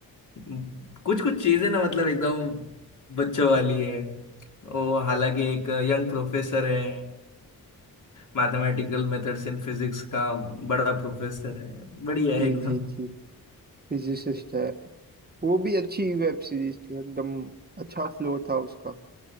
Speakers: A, on the left; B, on the right.
A: कुछ कुछ चीजें ना मतलब एकदम बच्चों वाली है वो हालांकि एक यंग प्रोफेसर है मैथमेटिकल मेथड्स इन फिजिक्स का बड़ा प्रोफेसर है बढ़िया है
B: जी
A: एकदम
B: जी जी फिजिसिस्ट है वो भी अच्छी वेब सीरीज थी एकदम अच्छा फ्लो था उसका